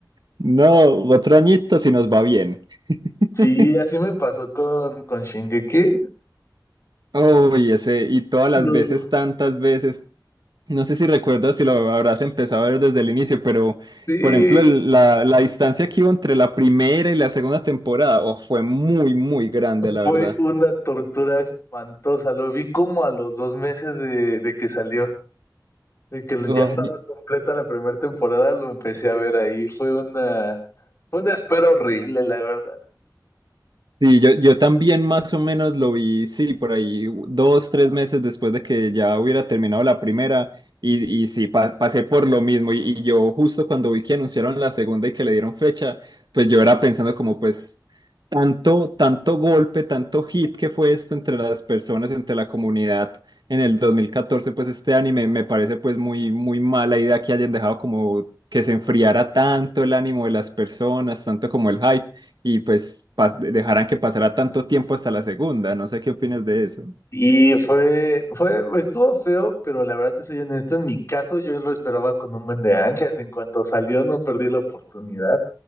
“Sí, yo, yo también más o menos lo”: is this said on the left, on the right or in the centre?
Right